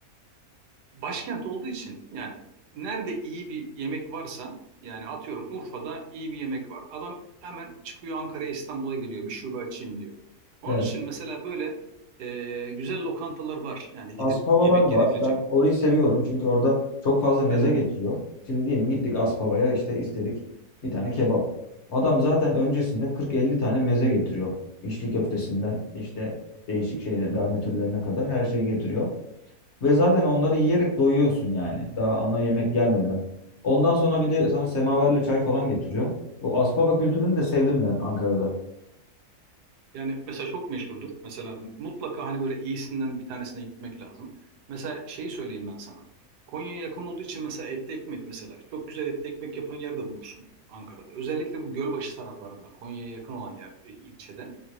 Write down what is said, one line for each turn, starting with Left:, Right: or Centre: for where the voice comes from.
Right: başkent olduğu için yani nerede iyi bir yemek varsa yani atıyorum Urfa'da iyi bir yemek var. Adam hemen çıkıyor Ankara'ya İstanbul'a geliyor bir şube açayım diyor. Onun
Left: Evet.
Right: için mesela böyle e, güzel lokantalar var yani
Left: Aspavalar
Right: gidip yemek
Left: var.
Right: yenebilecek
Left: Ben orayı seviyorum çünkü orada çok fazla meze
Right: değil mi?
Left: getiriyor. Şimdi diyelim gittik Aspava'ya işte istedik bir tane kebap. Adam zaten öncesinde 40-50 tane meze getiriyor. İçli köftesinden işte değişik şeyler garnitürlerine kadar her şeyi getiriyor. Ve zaten onları yiyerek doyuyorsun yani daha ana yemek gelmeden. Ondan sonra bir de sana semaverle çay falan getiriyor. O Aspava kültürünü de sevdim ben Ankara'da.
Right: Yani mesela çok meşhurdur. Mesela mutlaka hani böyle iyisinden bir tanesine gitmek lazım. Mesela şeyi söyleyeyim ben sana. Konya'ya yakın olduğu için mesela etli ekmek mesela. Çok güzel etli ekmek yapan yer de bulursun Ankara'da. Özellikle bu Gölbaşı taraflarında Konya'ya yakın olan yer, e, ilçede.